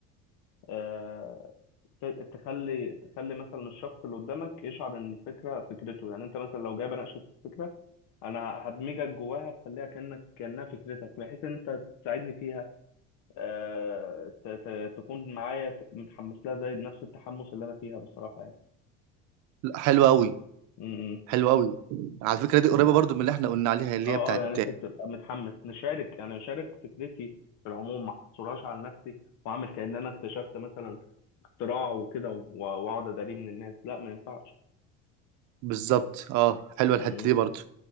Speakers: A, on the left; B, on the right.
A: آه، ت- تخلي تخلي مثلا الشخص اللي قدامك يشعر إن الفكرة فكرته يعني أنت مثلا لو جاي بناقشك في فكرة أنا هدمجك جواها أخليها كأنك كأنها فكرتك بحيث إن أنت تساعدني فيها آه، ت- ت- تكون معايا ك- متحمس لها زي نفس التحمس اللي أنا فيها بصراحة يعني
B: لا، حلو قوي
A: م- م.
B: حلو قوي على فكره دي قريبه برضو من اللي احنا قلنا عليها اللي
A: اه
B: هي بتاعت
A: اه يعني انت بتبقى متحمس نشارك يعني اشارك فكرتي في العموم ما احصرهاش على نفسي واعمل كأن انا اكتشفت مثلا اختراع وكده و- واقعد اداريه من الناس لا ما ينفعش
B: بالظبط اه حلوه
A: امم
B: الحته دي برضو